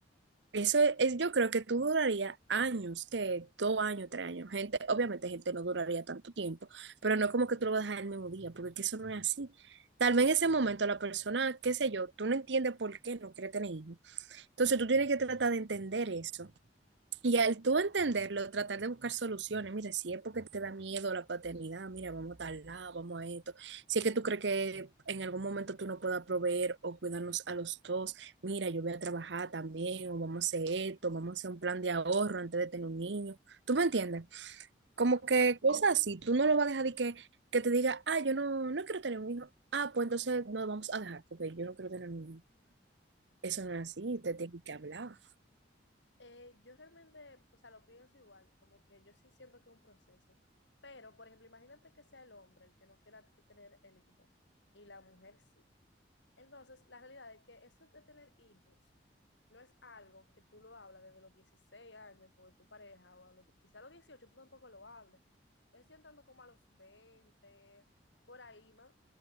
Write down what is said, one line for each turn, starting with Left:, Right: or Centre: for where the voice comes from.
Right: Eso e, es, yo creo que tú duraría años, que dos años, tres años. Gente, obviamente gente no duraría tanto tiempo, pero no como que tú lo vas a dejar el mismo día, porque es que eso no es así. Tal vez en ese momento la persona, qué sé yo, tú no entiendes por qué no quiere tener hijos. Entonces tú tienes que tratar de entender eso. Y al tú entenderlo, tratar de buscar soluciones, mira, si es porque te da miedo la paternidad, mira, vamos a tal lado, vamos a esto, si es que tú crees que en algún momento tú no puedas proveer o cuidarnos a los dos, mira, yo voy a trabajar también, o vamos a hacer esto, vamos a hacer un plan de ahorro antes de tener un niño, ¿tú me entiendes? Como
Left: Ajá.
Right: que cosas así, tú no lo vas a dejar de que, que te diga, ah, yo no, no quiero tener un hijo, ah, pues entonces no vamos a dejar, porque yo no quiero tener un hijo. Eso no es así, te tienen que hablar.
Left: Eh, yo realmente, o sea, lo pienso igual, como que yo sí siento que es un proceso, pero, por ejemplo, imagínate que sea el hombre el que no quiera que tener el hijo y la mujer sí. Entonces, la realidad es que eso de tener hijos no es algo que tú lo hablas desde los 16 años con tu pareja o a los, quizá a los 18 tú tampoco lo hables. Es entrando como a los 20 por ahí, más,